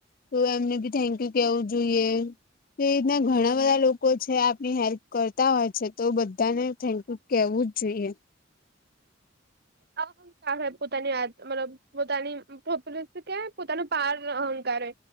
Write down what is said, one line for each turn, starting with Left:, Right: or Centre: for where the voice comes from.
Left: તો એમને ભી થેન્ક યુ કેવું જોઈએ. એ રીતના ઘણા બધા લોકો છે આપની હેલ્પ કરતા હોય છે તો બધાને થેન્કયુ કેહવુ જ જોઈએ.
Right: <inaudible> પોતાની વાત મતલબ પોતાની પો ક પોતાનું પાર અહંકારે.